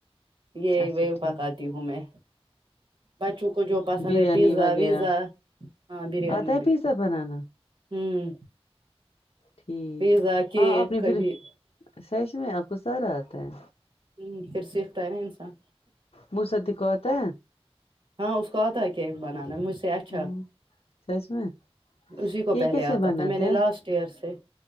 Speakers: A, on the right (about 55°); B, on the left (about 65°).
A: یہ
B: اچھا
A: وہ
B: ٹھیک
A: پکاتی ہوں میں بچوں کو جو پسند
B: بریانی
A: ہے پیزا
B: وغیرہ
A: ویزا ہاں بریانی
B: آتا ہے
A: بھی
B: پیزا بنانا
A: ہوں
B: ٹھیک
A: پیزا کیک
B: ہاں آپ نے
A: کبھی
B: پھر سچ میں آپ کو سارا آتا ہے
A: ہ پھر سیکھتا ہے نا انسان
B: م ستی کو آتا ہے
A: ہاں اس کو آتا ہے کیک بنانا ہے مجھ سے اچھا
B: ہمم سچ میں
A: اسی کو
B: یہ
A: پہلے
B: کیسے
A: آتا
B: بناتا
A: تھا میں نے
B: ہے
A: لاسٹ یار سے